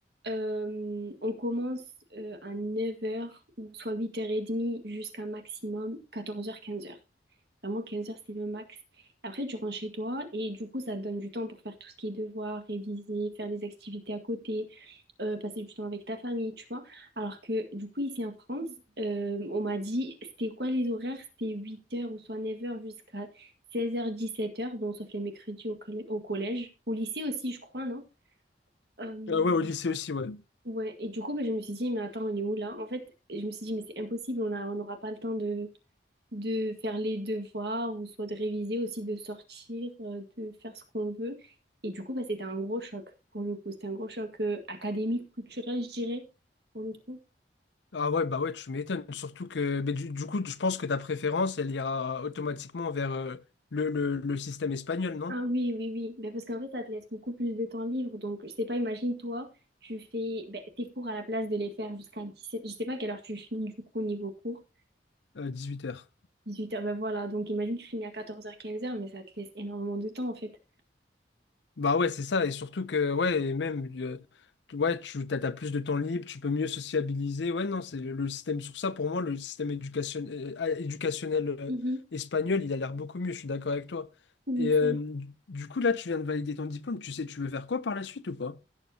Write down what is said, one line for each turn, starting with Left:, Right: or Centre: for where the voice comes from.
Right: euh, on commence euh, à neuf heures ou soit 8h30 jusqu'à maximum quatorze heures quinze heures. Vraiment, 15 heures, c'est le max. Après, tu rentres chez toi et du coup, ça te donne du temps pour faire tout ce qui est devoir, réviser, faire des activités à côté, euh, passer du temps avec ta famille, tu vois. Alors que du coup, ici en France, euh, on m'a dit, c'était quoi les horaires? C'était 8h ou soit 9h jusqu'à 16h, 17h, bon, sauf les mercredis au, collè- au collège, au lycée aussi, je crois, non? Euh,
Left: Ah ouais, au lycée aussi, ouais.
Right: ouais, et du coup, bah, je me suis dit, mais attends, on est où là? En fait, je me suis dit, mais c'est impossible, on a, on n'aura pas le temps de de faire les devoirs ou soit de réviser aussi, de sortir, euh, de faire ce qu'on veut. Et du coup, bah, c'était un gros choc pour le coup. C'était un gros choc euh, académique, culturel, je dirais, pour le coup.
Left: Ah ouais, bah ouais, tu m'étonnes. Surtout que ben, du, du coup, je pense que ta préférence, elle ira automatiquement vers euh, le, le- le système espagnol, non?
Right: Ah oui, oui, oui. Ben, parce qu'en fait, ça te laisse beaucoup plus de temps libre. Donc, je sais pas, imagine toi, tu fais ben, tes cours à la place de les faire jusqu'à 17 Je sais pas à quelle heure tu finis du coup au niveau cours.
Left: Euh, Dix-huit heures.
Right: dix huit heures ben voilà. Donc, imagine tu finis à quatorze heures quinze heures mais ça te laisse énormément de temps en fait.
Left: Bah ouais, c'est ça, et surtout que, ouais, et même, euh, tu- ouais, tu t'as, t'as plus de temps libre, tu peux mieux sociabiliser, ouais, non, c'est le, le système, sur ça, pour moi, le système éducation, euh, ah, éducationnel euh,
Right: Mhm.
Left: espagnol, il a l'air beaucoup mieux, je suis d'accord avec toi.
Right: Oui,
Left: Et euh,
Right: c'est vrai.
Left: du du coup, là, tu viens de valider ton diplôme, tu sais, tu veux faire quoi par la suite ou pas?